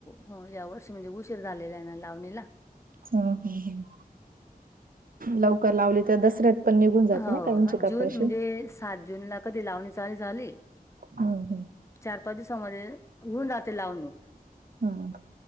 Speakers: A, on the left; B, on the right.
A: हो या वर्षी म्हणजे उशीर झालेला आहे ना लावणीला.
B: हम हम हम. लवकर लावली तर दसऱ्यात पण निघून जाते
A: हो
B: ना काहींची कपाशी
A: जून म्हणजे सात जूनला कधी लावणी चालू झाली.
B: हम्म हम्म
A: चार पाच दिवसा मध्ये ऊन जाते लावण मग.
B: हम्म